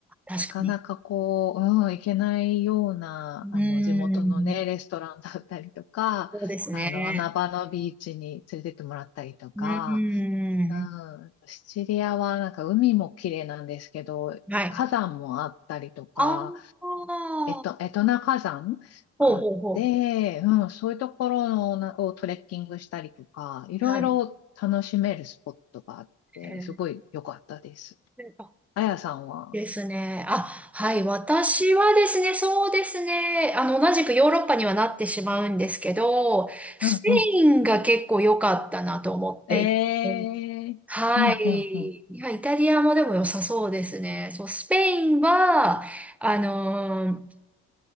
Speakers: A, in the centre; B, on the left.
A: 確かに。
B: なかなかこう、うん、行けないような、
A: うーん。
B: あの、地元のね、レストランだったりとか、
A: そうですね。
B: あの、穴場のビーチに連れてってもらったりとか、
A: うーん。
B: うん、シチリアはなんか海も綺麗なんですけど、
A: はい。
B: 火山もあったりとか、
A: ああ。
B: えっと、エトナ火山があって、
A: ほうほうほ
B: うん、そういうところのなをトレッキングしたりとか、いろいろ楽しめるスポットがあって、
A: う。はい。へえ
B: すごい良かったです。
A: あ、
B: あやさんは、
A: ですね。あ、はい。私はですね、そうですね。あの、同じくヨーロッパにはなってしまうんですけど、スペインが結構良かったなと思っていて。
B: うんうん。えー、
A: はい。
B: うんうんうん。
A: いや、イタリアもでも良さそうですね。そう、スペインは、あのー